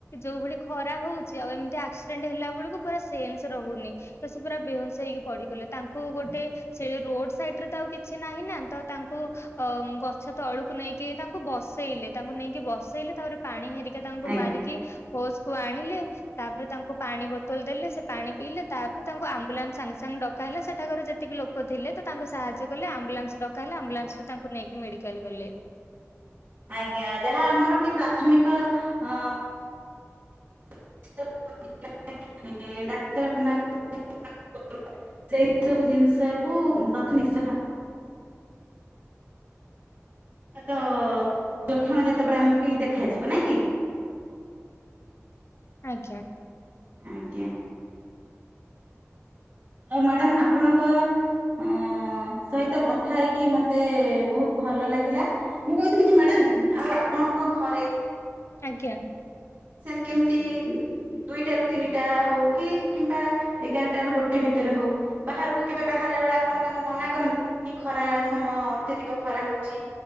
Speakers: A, on the left; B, on the right.
A: ଯୋଉ ଭଳି ଖରା ହଉଛି ଆଉ ଏମିତି ଆକ୍ସିଡେଣ୍ଟ ହେଲା ବେଳକୁ ପୁରା ସେନ୍ସ ରହୁନି। ତ ସେ ପୁରା ବେହୋସ ହେଇକି ପଡିଗଲେ ତାଙ୍କୁ ଗୋଟେ। ସେ ରୋଡ ସାଇଡ ରେ ତ ଆଉ କିଛି ନାହିଁ ନା ତ ତାଙ୍କୁ। ଅ ଗଛ ତଳକୁ ନେଇକି ତାଙ୍କୁ ବସେଇଲେ ତାଙ୍କୁ ନେଇକି ବସେଇଲେ ତାପରେ ପାଣି ହେରି ତାଙ୍କୁ
B: ଆଜ୍ଞା।
A: ମାରିକି ହୋସକୁୁ ଆଣିଲେ। ତାପରେ ତାଙ୍କୁ ପାଣି ବୋତଲ ଦେଲେ ସେ ପାଣି ପିଇଲେ ତାପରେ ତାଙ୍କୁ ଆମ୍ବୁଲାନ୍ସ ସାଙ୍ଗେ ସାଙ୍ଗେ ଡ ହେଲା ସେଠାକାର ଯେତିକି ଲୋକ ଥିଲେ ତ ତାଙ୍କୁ ସାହାଯ୍ୟ କଲେ ଆମ୍ବୁଲାନ୍ସ ଡକା ହେଲେ ଆମ୍ୱୁଲାନ୍ସ ତାଙ୍କୁ ନେଇକି ମେଡିକାଲ ଗଲେ।
B: ଆଜ୍ଞା ଯାହା ଆମର କି ପ୍ରାଥମିକ ହଅ <unintelligible> ଡାକ୍ତରଖାନାକୁ ସେଇ ସବୁ ଜିନିଷ କୁ ପ୍ରଥମେ ନିଶ୍ଚହା ହଁ ତ ଲକ୍ଷଣ ଯେତେବେଳେ ଆମକୁ ହିଁ ଦେଖାଯିବ ନାଇଁ କି?
A: ଆଜ୍ଞା।
B: ଆଜ୍ଞା। ଆଉ ମ୍ୟାଡାମ୍ ଆପଣଙ୍କ ହଁ ସହିତ କଥା ହେଇକି ମତେ ବୋହୁତ ଭଲ ଲାଗିଲା। ମୁଁ କୋହୁଥିଲି କି ମ୍ୟାଡାମ୍ ଆଉ ଆପଣଙ୍କ ଘରେ
A: ଆଜ୍ଞା।
B: ସେ ଏମିତି ଦୁଇଟା ରୁ ତିନିଟା ହୋଉ କି କିମ୍ବା ଏଗାରଟା ରୁ ଗୋଟେ ଭିତରେ ହୋଉ ବାହାରକୁ କେବେ ବାହାରିଲା ବେଳେ ଆପଣ ତାଙ୍କୁ ମନା କରନ୍ତି? କି ଖରା ସମୟ ଅତ୍ୟଧିକ ଖରା ହୋଉଛି।